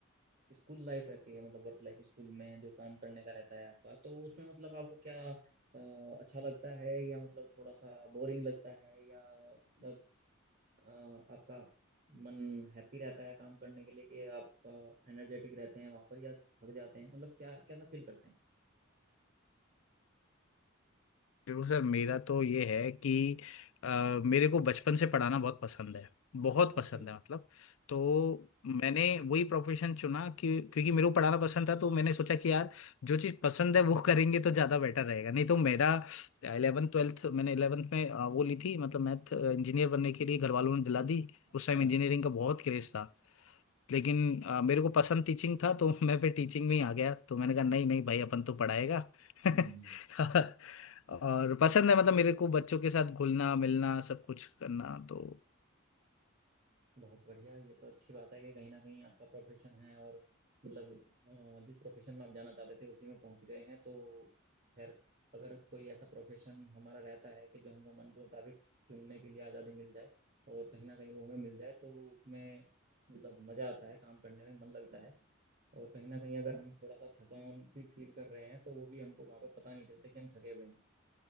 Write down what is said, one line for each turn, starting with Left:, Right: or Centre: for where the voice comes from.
Right: अ, स्कूल लाइफ रहती है मतलब वर्क लाइफ स्कूल में जो काम करने का रहता है आपका तो उसमें मतलब आपको क्या अ, अच्छा लगता है या मतलब थोड़ा सा बोरिंग लगता है या मतलब अ, आपका मन हैप्पी रहता है काम करने के लिए कि आप एनर्जेटिक रहते हैं वहां पर या थक जाते हैं मतलब क्या कैसा फील करते हैं
Left: बिल्कुल सर मेरा तो ये है कि अ, मेरे को बचपन से पढ़ाना बहुत पसंद है बहुत पसंद
Right: अच्छा
Left: है मतलब तो मैंने वही प्रोफेशन चुना कि क्योंकि मेरे को पढ़ाना पसंद था तो मैंने सोचा कि यार जो चीज़ पसंद है वो करेंगे तो ज़्यादा बेटर रहेगा नहीं तो मेरा इलेवन ट्वेल्थ मैंने इलेवंथ में अ, वो ली थी मतलब मैथ इंजीनियर बनने के लिए घर वालों ने दिला दी
Right: अच्छा
Left: उस टाइम इंजीनियरिंग का बहुत क्रेज था लेकिन अ, मेरे को पसंद टीचिंग था तो <laughs> मैं फिर टीचिंग में ही आ गया तो मैंने कहा नहीं नहीं भाई अपन तो पढ़ाएगा <laughs>
Right: हम्म
Left: और पसंद है मतलब मेरे को बच्चों के साथ घुलना मिलना सब कुछ करना तो
Right: बहुत बढ़िया ये तो अच्छी बात है कि कहीं ना कहीं आपका प्रोफेशन है और मतलब अ, जिस प्रोफेशन में आप जाना चाहते थे उसी में पहुंच गए हैं तो खैर अगर कोई ऐसा प्रोफेशन हमारा रहता है कि जो हमको मन मुताबिक चुनने के लिए आज़ादी मिल जाए और कहीं ना कहीं वो हमें मिल जाए तो वो उसमें मतलब मज़ा आता है काम करने में मन लगता है और कहीं ना कहीं अगर हम थोड़ा सा थकान भी फील कर रहे हैं तो वो भी हमको वहाँ पे पता नहीं चलता कि हम थके हुए हैं